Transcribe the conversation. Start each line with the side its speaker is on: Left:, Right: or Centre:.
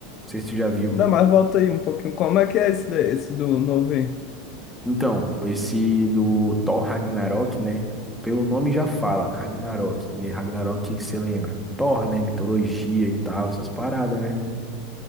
Centre: sei se tu já viu.
Left: Não, mas volta aí um pouquinho. Como é que é esse, daí, esse do novo aí?
Centre: Então, esse do Thor Ragnarok, né? Pelo nome já fala, Ragnarok. E aí, Ragnarok, o que que você lembra? Thor, né? Mitologia e tal, essas paradas, né?